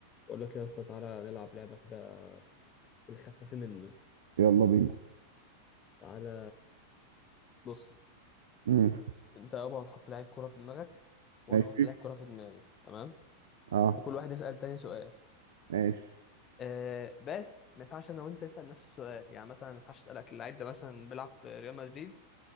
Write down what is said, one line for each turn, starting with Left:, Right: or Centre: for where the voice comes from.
Left: بقول لك يا اسطى تعالى نلعب لعبة كده في الخفيف منه
Right: يلا بينا
Left: تعالى بص
Right: امم
Left: انت يابا هتحط لعيب كرة في دماغك وانا
Right: ماشي
Left: هحط لعيب كرة في دماغي تمام
Right: اه
Left: وكل واحد يسأل تاني سؤال
Right: ماشي
Left: أه بس ما ينفعش انا وانت نسأل نفس السؤال يعني مثلا ما ينفعش اسألك اللاعب ده مثلا بيلعب في ريال مدريد